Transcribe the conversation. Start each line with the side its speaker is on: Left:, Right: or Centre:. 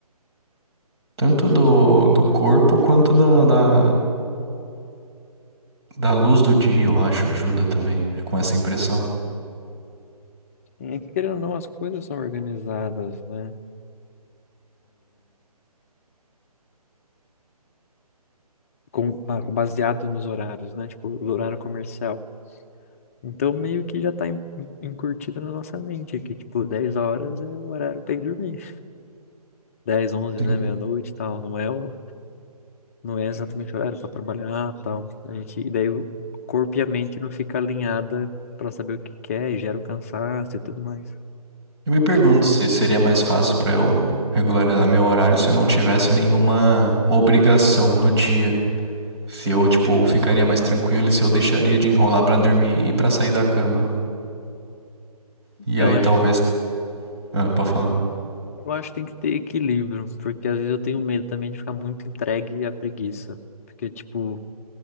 Right: tanto do, do corpo quanto da, da, da luz do dia, eu acho, ajuda também é com essa impressão.
Left: E querendo ou não, as coisas são organizadas, né? Com, ah, baseado nos horários, né? Tipo, o horário comercial. Então, meio que já tá en- encurtido na nossa mente que, tipo, 10 horas é o horário pra ir dormir. dez onze
Right: Sim.
Left: né? Meia-noite e tal. Não é o não é exatamente horário para trabalhar, tal. A gente, e daí o corpo e a mente não fica alinhada para saber o que quer, e gera o cansaço e tudo mais.
Right: Eu me pergunto se seria mais fácil para eu regularizar meu horário se eu não tivesse nenhuma obrigação no dia. Se eu, tipo, ficaria mais tranquilo e se eu deixaria de enrolar para dormir e para sair da cama.
Left: Então,
Right: E aí
Left: acho
Right: talvez.
Left: que
Right: Ah, pode falar.
Left: eu acho que tem que ter equilíbrio, porque às vezes eu tenho medo também de ficar muito entregue à preguiça. Porque, tipo,